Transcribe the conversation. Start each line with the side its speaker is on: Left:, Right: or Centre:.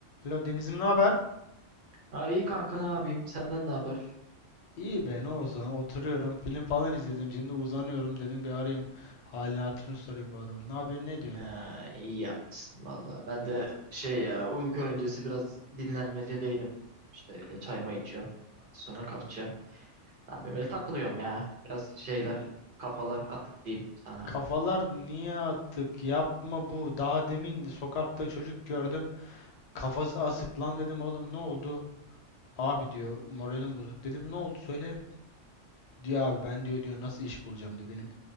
Left: Alo Deniz'im ne haber?
Right: Ha iyi kanka ne yapayım? Senden ne haber?
Left: İyi be ne olsun oturuyorum film falan izledim şimdi uzanıyorum dedim bir arayayım halini hatırını sorayım bu adamın ne yapıyorsun ne diyorsun?
Right: Ha, iyi yapsın valla. Ben de <laughs> şey ya uyku öncesi biraz dinlenmecedeydim. İşte öyle çay may içiyorum. Sonra kalkacağım. Ne yapayım böyle takılıyorum ya. Biraz şeyler kafalar atık diyeyim sana.
Left: Kafalar niye attık yapma bu daha demin sokakta çocuk gördüm kafası asık lan dedim oğlum ne oldu? Abi diyor moralim bozuk dedim ne oldu söyle. Diyor abi ben diyor diyor nasıl iş bulacağım diyor benim